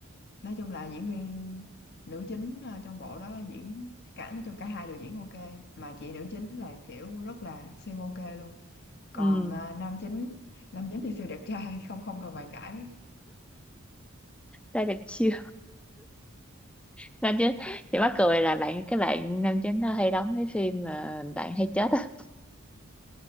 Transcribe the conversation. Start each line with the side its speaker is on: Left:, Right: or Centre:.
Left: nói chung là diễn viên nữ chính ờ, trong bộ đó diễn cả nói chung cả hai đều diễn ok mà chị nữ chính là kiểu rất là siêu ok luôn còn
Centre: ừ
Left: ờ, nam chính nam chính thì siêu đẹp trai không không cần bàn cãi
Centre: ra đẹp chiêu <laughs> nam chính chị mắc cười là bạn cái bạn nam chính nó hay đóng cái phim mà bạn hay chết á